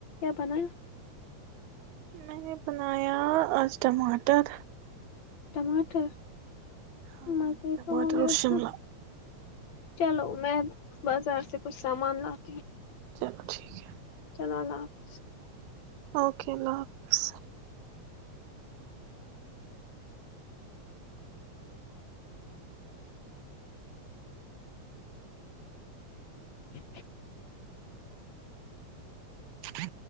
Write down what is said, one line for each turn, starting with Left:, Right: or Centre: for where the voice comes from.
Left: بنا
Right: میں نے بنایا ٹماٹر
Left: ٹماٹر
Right: ہاں
Left: مزے
Right: مے
Left: تو
Right: مٹ
Left: ہوں گے
Right: وشملہ
Left: اس میں چلو میں بازار سے کچھ سامان لاتی ہوں
Right: چلو ٹھیک ہے
Left: اللہ اللہ حافظ
Right: اوکے اللہ حافظ
Left: جی
Right: ہ